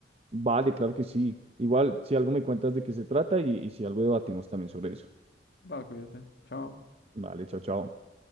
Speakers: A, on the right (about 35°); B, on the left (about 60°).
A: Vale, claro que sí. Igual, si algo me cuentas de qué se trata y, y si algo debatimos también sobre eso.
B: Va, cuídate. Chao.
A: Vale, chao, chao.